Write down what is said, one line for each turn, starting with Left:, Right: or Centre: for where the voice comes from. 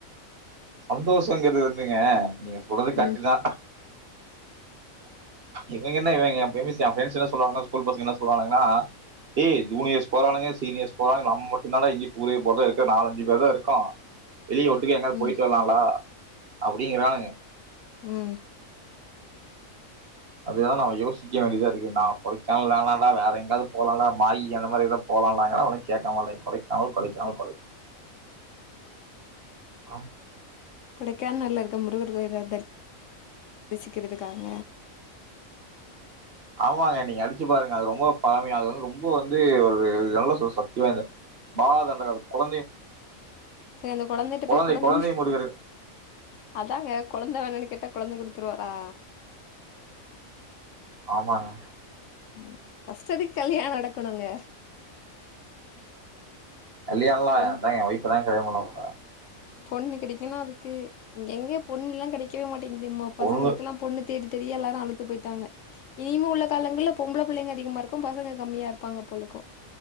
Right: சந்தோஷங்கிறது வந்துங்க நீங்க சொல்றது கரெட்டுதா
Left: ம்
Right: இவங்க என்ன இவங்க எப்பேயுமேஸ் ஏ ஃப்ண்ட்ஸ் எதாவது சொல்வாங்கன்னா ஸ்கூல் பசங்க என்ன சொல்லுவாங்கன்னா ஏ ஜூனியர்ஸ் போறானுங்க சீனியர்ஸ் போறானுங்க நம்ம மட்டுதாலே இங்கியு ஊரே போறதா இருக்கு நாலஞ்சு பேர் தா இருக்கோ வெளியே ஒட்டுக எங்காது
Left: ம்
Right: போயிட்டு வரலாங்களா அப்டிங்கிறாங்க
Left: ம்
Right: அதுதா நம்ம யோசிக்க வேண்டியதா இருக்கு நா கொடைக்கானல் வேணான்டா வேற எங்காவது போலாண்டா மாயி அந்த மாரி எதா போலாலாங்குறே அவனு கேட்க மாட்டேங்கறாங்க கொடைக்கானல் கொடைக்கானல் கொடை ஆம்
Left: கொடைக் கேனல்ல இருக்கும் முருகர் கோயில் அத வெச்சுக்கிறதுக்காக
Right: ஆமாங்க நீங்க அடிச்சு பாருங்க அது ரொம்ப பழமையானது வந்து ரொம்ப வந்து ஒரு நல்ல சொ சொ சத்திவாய்ந்த பால தண்டக கொழ
Left: செரி அந்த குழந்தேட்ட
Right: கொழந்தை
Left: போய் குழந்தை
Right: கொழந்தை முருகர்
Left: அதாங்க கொழந்தே வேணுன்னு கேட்டா கொழந்தே குடுத்து துருவாரா
Right: ஆமாங்க
Left: உம் கஷ்டத்துக்கு கல்யாண நடக்கணுங்க
Right: கல்யான்லா
Left: பொண்
Right: அதா ஏ ஒய்ப் தா தெரியாமலு அவுங்தா
Left: பொண்ணு கெடைக்குன்னா அதுக்கு இங் எங்கே பொண்ணுலா கெடைக்வே மாட் ங்துமோ பசங்ளுக்லா
Right: பொண்ணு
Left: பொண்ணு தேடி தெரியாலன அழுத்து போயிட்டாங்க இனிமே உள்ள காலங்கள பொம்ப்ள புள்ளைங்க அதிகமா இருக்கு பசங்க கம்மியா இருப்பாங்க போலக்கு